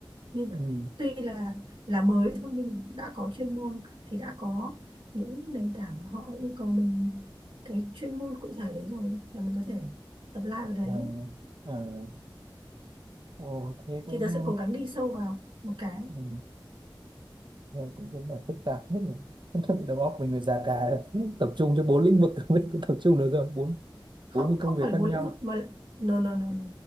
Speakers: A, on the right; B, on the right.
A: nhưng
B: ừ,
A: tuy là là mới thôi nhưng mình cũng đã có chuyên môn thì đã có những nền tảng mà họ yêu cầu mình cái chuyên môn cụ thể đấy rồi là mình có thể apply vào đấy
B: à, à, ồ, thế cũng
A: thì tớ
B: ừ,
A: sẽ cố gắng đi sâu vào một cái
B: ừ, nghe cũng cũng là phức tạp hết rồi <laughs> đầu óc mình người già cả tập trung cho bốn lĩnh vực <laughs> mình biết tập trung được rồi bốn
A: không
B: bốn cái
A: không
B: công việc
A: phải là
B: khác
A: bốn
B: nhau
A: lĩnh vực mà là, no, no, no, no.